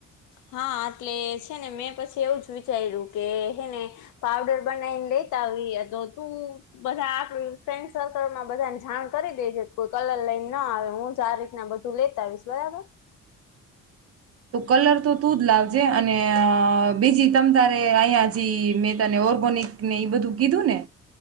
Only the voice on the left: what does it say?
હા એટલે છે ને મેં પછી એવું જ વિચાર્યું કે હેને પાવડર બનાવીને લેતા આવીએ તો તું બધા આપ ફ્રેન્ડ સર્કલમાં બધા જાણ કરી દે જે કોઈ કલર લઈને ના આવે હું જ આ રીતના બધું લેતા આવીશ બરાબર